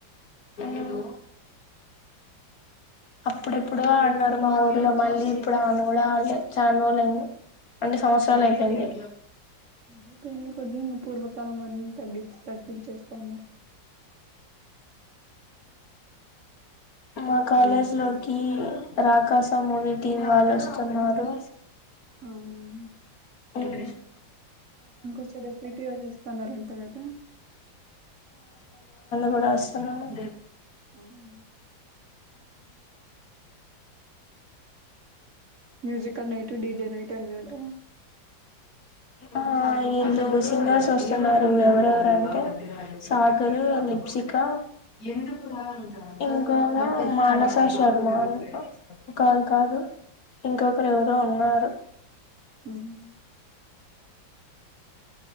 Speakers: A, on the left; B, on the right.
A: ఏదో అప్పుడెప్పుడు అడ్నారు మా ఊర్లో మళ్ళీ ఇప్పుడు ఆడ్ను కూడా ఆడ్లే చాన్ రోజులయ్యింది అంటే సంవత్సరాలు అయిపోయింది
B: అదే పెరిగే కొద్ది ఇంకా పూర్వకాలం వన్నీ తగ్గించి తగ్గించేస్తున్నారు
A: మా కాలేజ్ లోకి రాకాస మూవీ టీమ్ వాళ్ళు వస్తున్నారు
B: అవునవును
A: హుమ్
B: ఇంకో సైడ్ పిటీ వాళ్ళు వస్తన్నారంట కదా
A: గూడ వస్తున్నాడ
B: ఆ హుమ్ మ్యూజికల్ నే డిజె నైటు అన్నీ ఉంటాయ
A: ఆ వీళ్ళు సింగర్స్ వస్తున్నారు ఎవరెవరంటే సాగర్ లిప్సిక్ ఇంక ఇంకొక మానస శర్మ అంట కాదు కాదు ఇంకొకరు ఎవరో ఉన్నారు
B: హుమ్